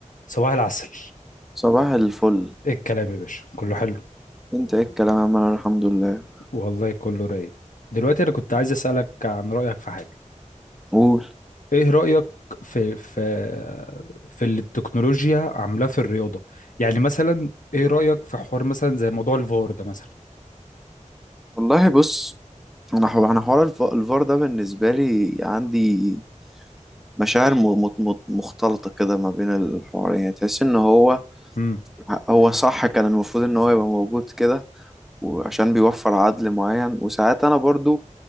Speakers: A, on the left (about 85°); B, in the centre.
A: صباح العسل
B: صباح الفل
A: ايه الكلام يا باشا كله حلو
B: انت ايه الكلام يا عم انا الحمد لله
A: والله كله رايق دلوقتي انا كنت عايز اسالك عن رايك في حاجه
B: قول
A: ايه رايك في في في اللي التكنولوجيا عاملاه في الرياضه يعني مثلا ايه رايك في حوار مثلا زي موضوع الفار ده مثلا
B: والله بص انا حو... انا حوار الف... الفار ده بالنسبه لي عندي مشاعر م... م... م- مختلطه كده ما بين الحوارين يعني تحس ان هو
A: امم
B: هو صح كان المفروض ان هو يبقى موجود كده وعشان بيوفر عدل معين وساعات انا برضو